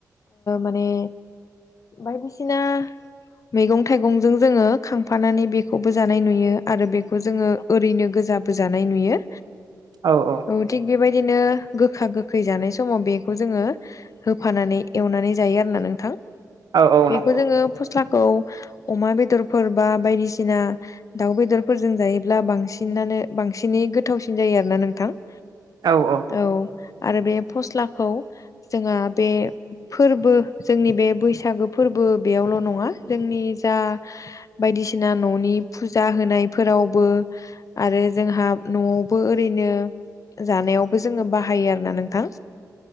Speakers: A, on the left; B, on the right.
A: माने बायदिसिना मैगं थाइगंजों जोङो खांफानानै बेखौबो जानाय नुयो आरो बे बेखौ जोङो ओरैनो गोजााबोजानाय नुयो।
B: औ औ
A: औ थिग बेबायदिनो गोखा गोखै जानाय समाव बेखौ जोङो होफानानै एवनानै जायो आरोना नोंथां।
B: औ औ
A: बेखौ
B: नंगौ
A: जोङो फस्लाखौ अमा बेदरफोर बा बायदिसिना दाउ बेदरफोरजों जायोब्ला बांसिनानो बांसिनै गोथावसिन जायो आरोना नोंथां।
B: औ औ
A: औ आरो बे फस्लाखौ जोंहा बे फोरबो जोंनि बे बैसागो फोरबो बेयावल' नङा जोंनि जा बायदिसिना न'नि फुजा होनायफोरावबो आरो जोंहा न'आवबो ओरैनो जानायावबो जोङो बाह हायो आरोोना नोंथां